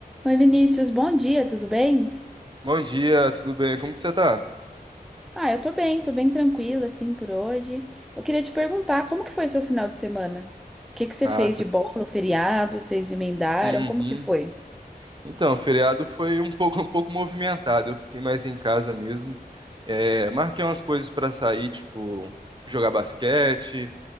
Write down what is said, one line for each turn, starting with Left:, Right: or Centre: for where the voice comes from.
Centre: Oi, Vinícius, bom dia, tudo bem?
Right: Bom dia, tudo bem? Como que você tá?
Centre: Ah, eu tô bem, tô bem tranquila, assim, por hoje. Eu queria te perguntar, como que foi seu final de semana? O que que você
Right: Ah,
Centre: fez de bom no feriado? Vocês emendaram?
Right: uhum.
Centre: Como que foi?
Right: Então, o feriado foi um pouco, <laughs> um pouco movimentado. Eu fiquei mais em casa mesmo. É, marquei umas coisas pra sair, tipo jogar basquete,